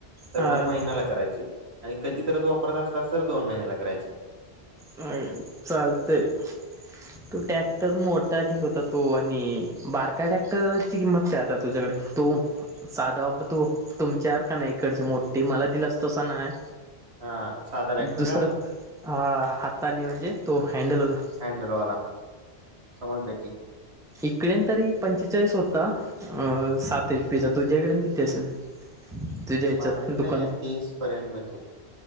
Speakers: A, on the right; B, in the centre.
A: तर
B: अ
A: मग महिन्याला करायची आणि कधी तरीच वापरत असलास, तर दोन महिन्याला करायची.
B: व्हय चालतंय, तो टॅक्टर मोठ त्या ठीक होता, तो आणि बारका ट्रॅक्टरची किंमत काय? आता तुझ्याकडे तो सादा वापतो तुमच्या आरका नाही इकडची मोठी मला दिलासतसा नाय.
A: हा साधा ट्रॅक्टर
B: दुसरं
A: का
B: हा हाताने म्हणजे तो हँडल होता.
A: हॅन्डलवाला, समजल की
B: इकडेन तरी, पंचेचाळीस होता अ साते एक पिझ्झा तुझ्याकडेन किती असेल? तुझ्या ह्याच्यात
A: माझ्याकडे
B: दुकानात
A: आहे तीस पर्यंत बचत